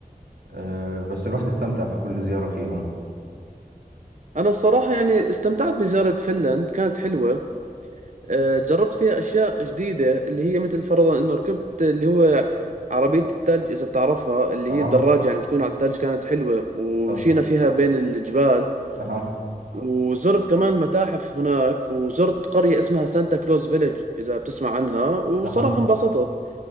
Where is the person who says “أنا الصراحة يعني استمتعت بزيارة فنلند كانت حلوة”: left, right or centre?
Right